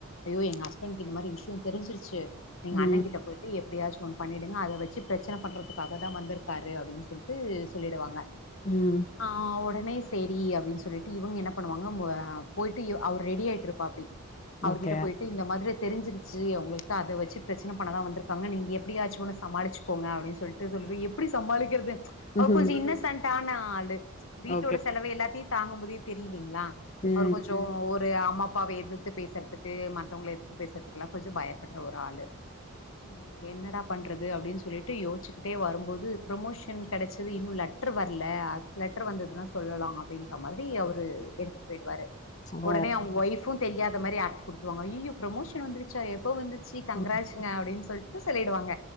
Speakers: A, on the left; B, on the left.
A: அய்யோ எ ஹஸ்பன்டுக்கு இந்த மாரி விஷயோ தெரிஞ்சிடுச்சி நீங்க
B: ம்,
A: அண்ண கிட்ட போயிட்டு எப் எதையசும் ஒண்ணு பண்ணிடுங்க அத வச்சு பிரச்சனை பண்றதுக்காக தா வந்திருக்காரு அப்டின்னு சொல்லிட்டு சொல்லிடுவாங்க
B: ம்.
A: ஆஹ் அவு உடனே செரி அப்டின்னு சொல்லிட்டு இவங்க என்ன பண்ணுவாங்க ஆஹ் போயிட்டு இவ அவர் ரெடி ஆயிட்டு இருப்பாப்டி அவர்கிட்ட
B: ஓகே.
A: போயிட்டு இந்த மாதிரி தெரிஞ்சிருச்சு அவங்களுக்கு அத வச்சு பிரச்சன பண்ணதா வந்திருக்காங்க நீங்க எப்டியாச்சும்னும் சமாளிச்சுக்கோங்க அப்டின்னு சொல்லிட்டு சொல்லி எப்டி சமாளிக்கிறது அவரு
B: ம்ஹ்ம்.
A: கொஞ்ச இன்னெசென்ட் தனாலு வீட்டோட
B: ஓகே.
A: செலவு எல்லாத்தையு தாங்கும்போதே தெரியலிங்களா
B: ம்.
A: அவரு கொஞ்சோ ஒரு அம் அம்மாப்பாவை எதித்து பேசுறதுக்கு மத்தவங்கள எதித்து பேசுறதுக்குெல்லா கொஞ்ச பயப்படுற ஒரு ஆளு ஹ்ம் என்னடா பண்றது அப்டின்னு சொல்லிட்டு யோசச்சுக்கிட்டே வரும்போது ப்ரமோஷன் கெடைச்சி இது இன்னு லெட்டர் வரல அத் லெட்டர் வந்ததுன்னா சொல்லலா அப்டின்ற மாதிரி அவுரு எடுத்து போயிடுவாரு
B: ஓ!
A: உடனே அவன் ஒய்ஃப் இப்புவு தெரியாதமாரி ஆக்ட் குடுத்துருவாக அய்யயோ ப்ரோமோஷன் வந்துருச்சா எப்போ வந்து சி கங்கராச்சிங்க
B: ம்.
A: அப்டின்னு சொல் <unintelligible> சொல்லிடுவாங்க